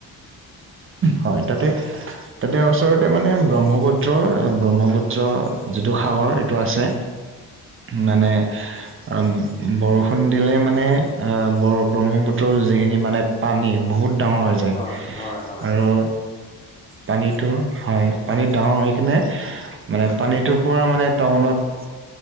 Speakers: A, on the right; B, on the left.
A: হয় তাতে, তাতে ওচৰতে মানে ব্ৰহ্মপুত্ৰ, ব্ৰহ্মপুত্ৰ যিটো সাগৰ এইটো আছে। মানে অ', বৰষুণ দিলে মানে অ ব ব্ৰহ্মপুত্ৰৰ যিখিনি মানে পানী বহুত ডাঙৰ হৈ যায়
B: হয় হয় হয় হয়
A: আৰু
B: হয়
A: পানীতো হয় পানীত ডাঙৰ হৈ কিনে মানে পানীটোৰ পৰা মানে টাউনত,